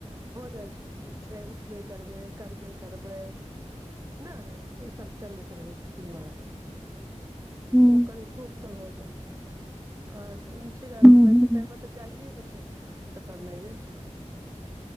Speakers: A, on the right; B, in the centre.
A: भऽ जाइ छैय ठीक छैय उठबे करबै करबे करबै। नइ ई सब चलैत रहै छैय।
B: हूँ
A: ओ कनि सुस्त हो जाइ छैय, आ छैय जे
B: हूँ
A: हमरा
B: हूँ
A: एते टाइम मे तऽ जाइय के छैय। तऽ करनाइए छैय।